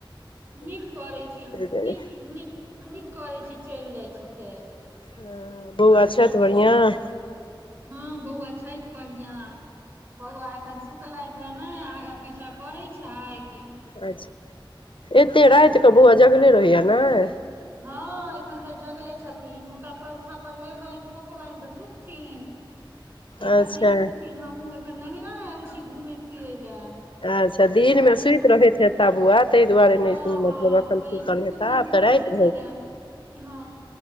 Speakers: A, on the right; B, on the left.
A: नीक करैय छी नीक
B: गेलहुँ
A: नीक करैय छी चैल जाइ छी से
B: हँ बौआ छैथ बढ़िआँ
A: हँ बौआ छैथ बढ़िआं बौआ अखन सुतलैथ हन नैय आगा पीछा करैय छैथ
B: अच्छा एते राइत क बौआ जगले रहै या नैय
A: हँ एखन धैर जगले छथिन हुनका पलथा पर लेबै ठोकबैन तऽ सुतथिन एखन
B: अच्छा
A: नहि सुतथिन हमहुँ एखन नैहरा एयल छी घूमै फिरै लए
B: अच्छा दिन
A: कहलियै
B: मे सुइत
A: बहु
B: रहैत हेता बौआ ताहि दुआरे नहि
A: हँ हँ
B: मतलब एखन
A: कहलिए
B: सुतल
A: बहुत
B: हेता
A: दिन
B: आब
A: भऽ
B: तऽ राति
A: गेल छलए हँ